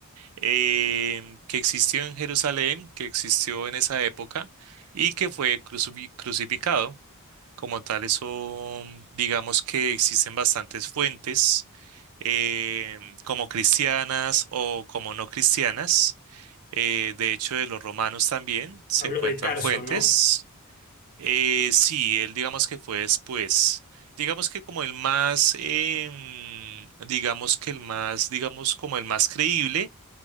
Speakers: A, on the right; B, on the left.
A: eh, que existió en Jerusalén, que existió en esa época y que fue crucifi- crucificado. Como tal, eso digamos que existen bastantes fuentes, eh, como cristianas o como no cristianas. Eh, de hecho, de los romanos también se
B: Hablo
A: encuentran
B: de Tarso,
A: fuentes.
B: ¿no?
A: Eh, sí, él digamos que fue después. Digamos que como el más, em, digamos que el más, digamos como el más creíble,